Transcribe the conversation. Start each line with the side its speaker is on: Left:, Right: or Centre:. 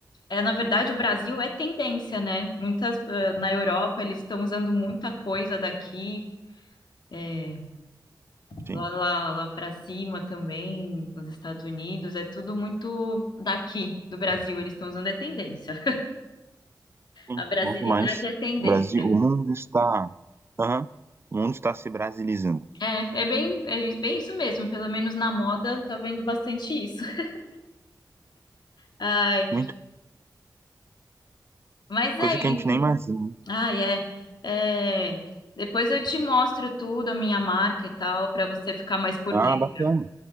Left: É, na verdade, o Brasil é tendência, né? Muitas, eh, na Europa, eles estão usando muita coisa daqui, eh,
Right: Sim.
Left: lá, lá, lá para cima também, nos Estados Unidos, é tudo muito daqui, do Brasil, eles estão usando é tendência.
Right: Sim,
Left: A brasilidade
Right: muito mais.
Left: é tendência.
Right: O Brasil, o mundo está, aham, o mundo está se brasilizando.
Left: É, é bem, é bem isso mesmo, pelo menos na moda, tá vendo bastante isso. <laughs> Ai,
Right: Muito,
Left: mas
Right: coisa
Left: é
Right: que
Left: isso.
Right: a gente nem imagina.
Left: Ai, é. É, depois eu te mostro tudo, a minha marca e tal, para você ficar mais por
Right: Ah,
Left: dentro.
Right: bacana.